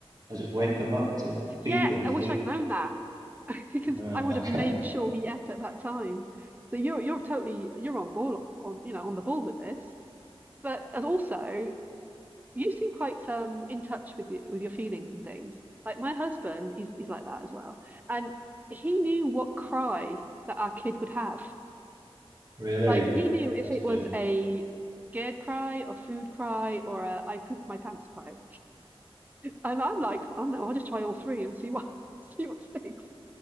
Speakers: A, on the right; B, on the right.
A: I just wake them up to
B: yeah,
A: feed them
B: I
A: sleep.
B: wish I'd known that <laughs> because
A: Right.
B: I would
A: <laughs>
B: have made
A: Okay.
B: sure he ate at that time. So you're you're totally you're on ball on you know on the ball with this. But as also you seem quite um in touch with the, with your feelings and things. Like my husband, he's he's like that as well. And he knew what cry that our kid would have.
A: Really?
B: Like he knew if
A: That's
B: it
A: good.
B: was a scared cry or food cry or a I pooped my pants cry. And I'm like, oh no, I'll just try all three and see what <laughs> see what sticks.